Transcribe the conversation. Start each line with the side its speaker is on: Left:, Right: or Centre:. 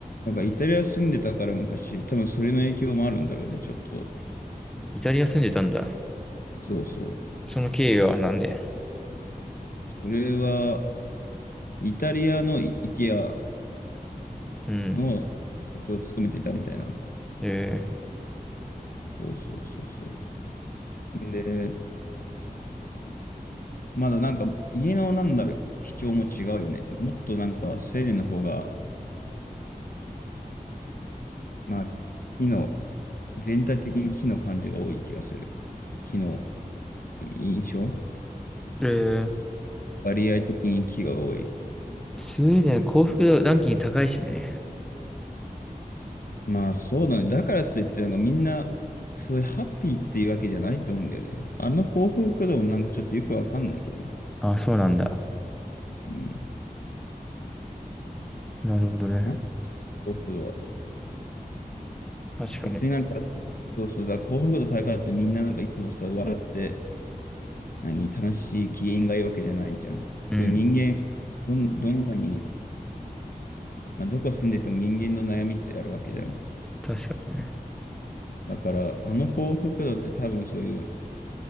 Left: なんかイタリア住んでたから昔、多分それの影響もあるんだろうね、ちょっと。
Centre: ー、イタリア住んでたんだ。
Left: そうそう。
Centre: その経緯はなんで。
Left: それは、イタリアの IKEA
Centre: うん。
Left: の社長を務めてたみたいな。
Centre: え
Left: そうそうそうそう。でまだなんか家のなんだろう、基調も違うよね。もっとなんかスウェーデンの方が、まあ、木の、全体的に木の感じが多い気がする。木の印象
Centre: ー、えー
Left: 割合的に木が多い。
Centre: スウェーデン幸福度ランキング高いしね。
Left: まあそうだね。だからといってなんかみんな、そういうハッピーっていうわけじゃないと思うんだよね。あの幸福度もなんかちょっとよくわかんないけどね。
Centre: あ、そうなんだ。
Left: うん。
Centre: なるほどね。
Left: なんか幸福度は。
Centre: 確かに。
Left: 別になんか、そうそうだ、幸福度高いってみんななんかいつもさ、笑って、何、楽しい機嫌がいいわけじゃないじゃん。そういう人間、
Centre: うん。
Left: どん、どんなに、まあ、どこ住んでても人間の悩みってあるわけじゃん。
Centre: 確かにね。
Left: だから、あの幸福度って多分そういう、